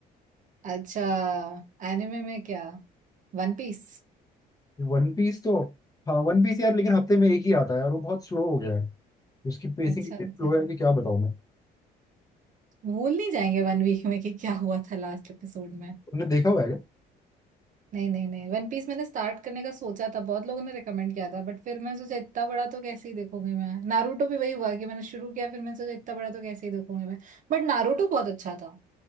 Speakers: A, on the right; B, on the left.
A: अच्छा एनिमे में क्या वन पीस
B: वन पीस तो हाँ वन पीस यार लेकिन हफ्ते में एक ही आता है और वो बहुत स्लो हो गया है उसकी पेसिंग
A: अच्छा
B: इतनी
A: अच्छा
B: स्लो है कि क्या बताऊँ मैं
A: भूल नहीं जाएंगे वन वीक में कि क्या हुआ था लास्ट एपिसोड में
B: तुमने देखा हुआ है क्या
A: नहीं नहीं नहीं वन पीस मैंने स्टार्ट करने का सोचा था बहुत लोगों ने रेकमेंड किया था बट फिर मैं सोचा इतना बड़ा तो कैसे ही देखूंगी मैं नारुतो भी वही हुआ कि मैंने शुरू किया फिर मैंने सोचा इतना बड़ा तो कैसे ही देखूंगी मैं बट नारुतो बहुत अच्छा था